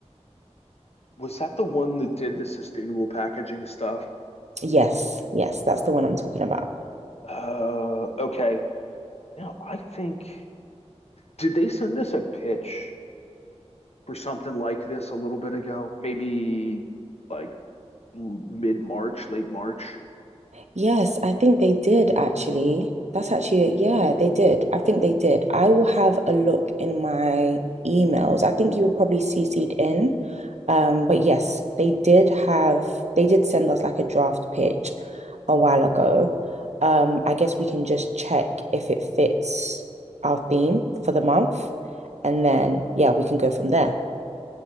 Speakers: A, on the left; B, on the right.
A: was that the one that did the sustainable packaging stuff?
B: Yes, yes, that's the one I'm talking about.
A: Uh, okay. Now I think Did they send us a pitch for something like this a little bit ago? Maybe like mid-March, late March.
B: Yes, I think they did actually. That's actually, yeah, they did. I think they did. I will have a look in my emails. I think you were probably CC'd in. Um, but yes, they did have, they did send us like a draft pitch a while ago. Um, I guess we can just check if it fits our theme for the month. And then, yeah, we can go from there.